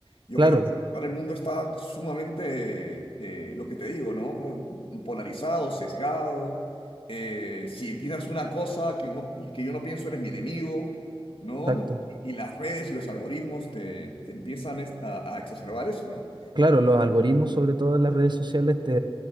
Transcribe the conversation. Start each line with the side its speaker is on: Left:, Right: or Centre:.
Left: Yo
Right: claro,
Left: creo que ahora el mundo está sumamente, eh, lo que te digo, ¿no? Polarizado, sesgado. Eh, si piensas una cosa que, no, que yo no pienso, eres mi enemigo, ¿no?
Right: exacto.
Left: Y, y las redes y los algoritmos te, te empiezan es- a, a exacerbar eso, ¿no?
Right: Claro, los algoritmos, sobre todo en las redes sociales, te